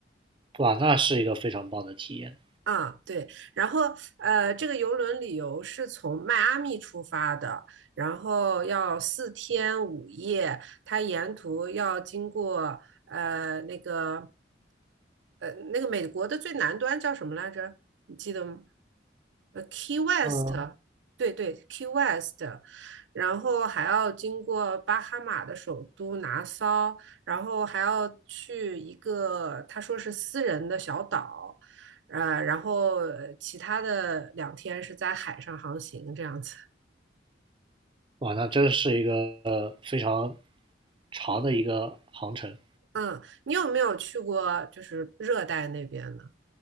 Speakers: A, on the right; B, on the right.
A: 哇，那是一个非常棒的体验。
B: 啊，对，然后呃，这个游轮旅游是从迈阿密出发的，然后要四天五夜，它沿途要经过呃那个呃那个美国的最南端叫什么来着？你记得吗？呃，Key West，
A: 嗯，
B: 对对，Key West，然后还要经过巴哈马的首都拿骚，然后还要去一个他说是私人的小岛。呃，然后呃其他的两天是在海上航行这样子。
A: 哇，那真是一个呃非常长的一个航程。
B: 嗯，你有没有去过就是热带那边呢？